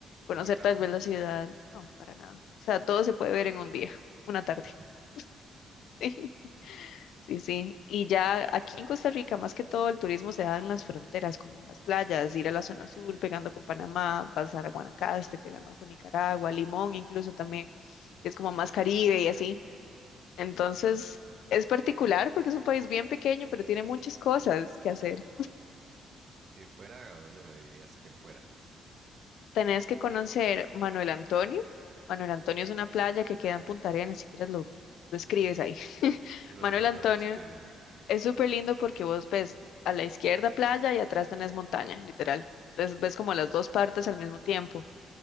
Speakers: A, on the left; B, on the right.
A: conocer
B: ¿Es muy grande?
A: tal vez la ciudad. No, para nada. O sea, todo se puede ver en un día, una tarde.
B: Ah,
A: <laughs> Sí. Sí, sí. Y ya aquí en Costa Rica, más que todo, el turismo se da en las fronteras, como en las playas, ir a la zona sur, pegando con Panamá, pasar a Guanacaste, pegando con Nicaragua, Limón incluso también, que es como más Caribe y así. Entonces, es particular porque es un país bien pequeño, pero tiene muchas cosas que hacer.
B: si fuera, ¿a dónde me dirías que fuera?
A: Tenés que conocer Manuel Antonio. Manuel Antonio es una playa que queda en Punta Arenas, si quieres lo, lo escribes ahí. <laughs>
B: Si lo
A: Manuel
B: ando,
A: Antonio
B: lo ando escribiendo.
A: Es súper lindo porque vos ves a la izquierda playa y atrás tenés montaña, literal. Entonces ves como las dos partes al mismo tiempo.